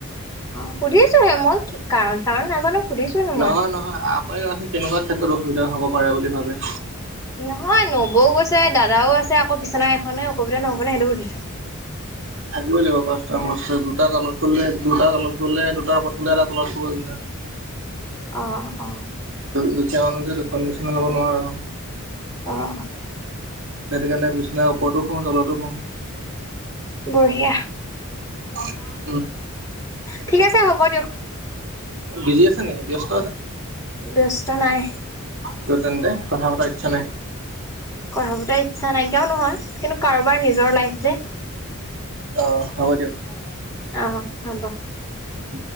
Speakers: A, on the left; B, on the right.
A: অ' সুধিছো হে মই কি কাৰণ চাৰণ নাজানো। সুধিছোহে মই।
B: নহয় নহয় আপাৰ মে কেনেকুৱা ক্ষেত্ৰত অসুবিধা হ'ব পাৰে বুলি ভাবে?
A: নহয় নবৌও গৈছে, দাদাও আছে আকৌ বিচনা এখনে অসুবিধা নহব নে সেইটো সুধিছো।
B: <unintelligible> থাকিবই লাগিব কষ্টা মষ্ট দুটা তলত শুলে দুটা তলত শুলে দুটা ওপৰত অ'
A: অঁ', অঁ'
B: দুখীয়া মানুহ যে দুখন নিচি ল'ব নোৱাৰে আৰু
A: অঁ'
B: সেইটো কাৰণে বিচনা ওপৰতো শুওঁ তলতো শুওঁ।
A: বঢ়িয়া।
B: অ'
A: ঠিক আছে হ'ব দিয়ক।
B: বিজি আছে নেকি দিয়া চুন
A: ব্যস্ত নাই।
B: ত' তেন্তে কথা পতা ইচ্ছা নাই?
A: কথা পতাৰ ইচ্ছা নাইকিয়াও নহয়, কিন্তু কাৰোবাৰ নিজৰ লাইফ যে।
B: অ' হ'ব দিয়ক।
A: অ' হ'ব।
B: হ।